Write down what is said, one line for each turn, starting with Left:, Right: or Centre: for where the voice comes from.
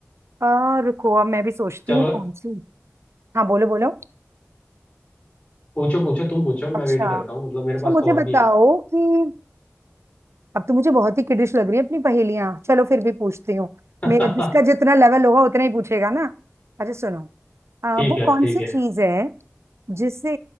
Right: आ, रुको अब मैं भी सोचती
Left: चलो
Right: हूँ कौन सी हाँ बोलो बोलो
Left: पूछो पूछो तुम पूछो मैं
Right: अच्छा
Left: वेट करता हूँ मतलब मेरे पास
Right: तो मुझे
Left: तो और
Right: बताओ
Left: भी है
Right: कि अब तो मुझे बहुत ही किडिश लग रही है अपनी पहेलियां चलो फिर भी पूछती हूँ
Left: <laughs>
Right: मेरा जिसका जितना लेवल होगा उतना ही पूछेगा ना अच्छा सुनो आ,
Left: ठीक
Right: वो
Left: है
Right: कौन
Left: ठीक
Right: सी
Left: है
Right: चीज है जिसे